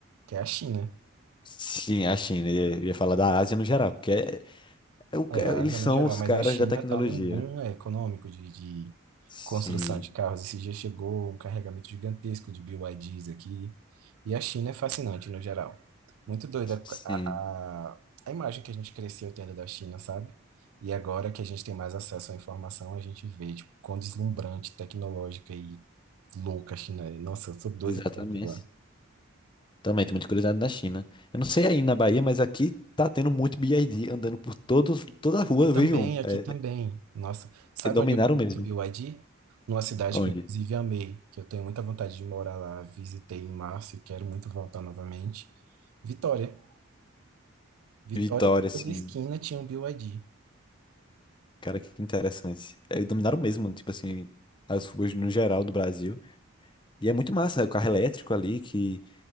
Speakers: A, on the right; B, on the left.
A: que é a China.
B: Sim, a China. Eu ia eu ia falar da Ásia no geral, porque é- é o-
A: É,
B: é-
A: a
B: eles
A: Ásia
B: são
A: no geral,
B: os
A: mas
B: caras
A: a China
B: da tecnologia.
A: está num boom é, econômico de, de
B: Sim.
A: construção de carros. Esse dia chegou um carregamento gigantesco de BYDs aqui. E a China é fascinante no geral. Muito doida
B: Sim,
A: a, a, a imagem que a gente cresceu tendo da China, sabe? E agora que a gente tem mais acesso à informação, a gente vê, tipo, quão deslumbrante, tecnológica e louca a China é. Nossa, eu sou doido
B: exatamente.
A: pra conhecer lá.
B: Também tem muita curiosidade da China. Eu não sei aí na Bahia, mas aqui tá tendo muito BYD andando por todo, toda a rua,
A: Aqui
B: eu
A: também,
B: vejo um.
A: aqui
B: É,
A: também. Nossa, sabe
B: é, dominaram
A: onde eu fui
B: mesmo.
A: muito B Y D Numa cidade
B: Onde?
A: que eu, inclusive, amei, que eu tenho muita vontade de morar lá. Visitei em março e quero muito voltar novamente. Vitória. Vitória,
B: Vitória, assim.
A: toda esquina tinha um B Y D
B: Cara, que interessante. É, dominaram mesmo, tipo assim, as ruas no geral do Brasil. E é muito massa, né? O carro elétrico ali, que